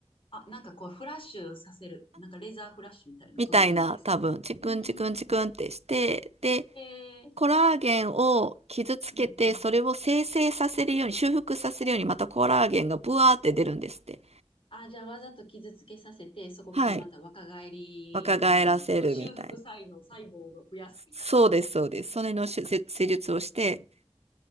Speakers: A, on the left; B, on the right.
A: あ、なんかこう、フラッシュさせる。なんかレーザーフラッシュみたいな、
B: みたいな、
A: そんな感じですかうーん。
B: 多分、チクンチクンチクンってして、で、
A: えー、
B: コラーゲンを傷つけて、
A: うんうん。
B: それを生成させるように、修復させるように、またコラーゲンがブワーって出るんですって。
A: あ、じゃあわざと傷つけさせて、そこからまた若返りの、
B: はい。若返らせるみたいな。
A: なんだろう、修復才能、細胞を増やすみたいな。
B: そうです、そうです。それの手術施術をして、